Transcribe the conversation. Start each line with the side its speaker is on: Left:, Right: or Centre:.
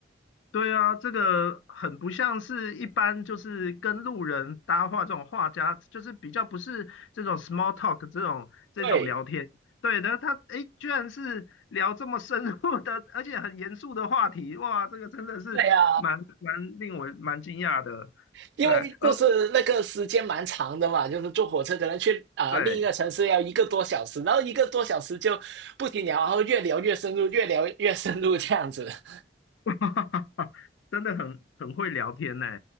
Left: 对啊，这个很不像是一般就是跟路人搭话这种画家，就是比较不是这种 small talk 这种这种聊天。
Right: 对，
Left: 对的，他诶，居然是聊这么深入的，而且很严肃的话题，哇，这个真的是蛮蛮令我蛮惊讶的。
Right: 对呀、因为就是那个时间蛮长的嘛，
Left: 对，呃，
Right: 就是坐火车可能去啊、
Left: 对，
Right: 呃另一个城市要一个多小时，然后一个多小时就不停聊，然后越聊越深入，越聊越深入这样子。<laughs>
Left: <laughs> 真的很很会聊天呢。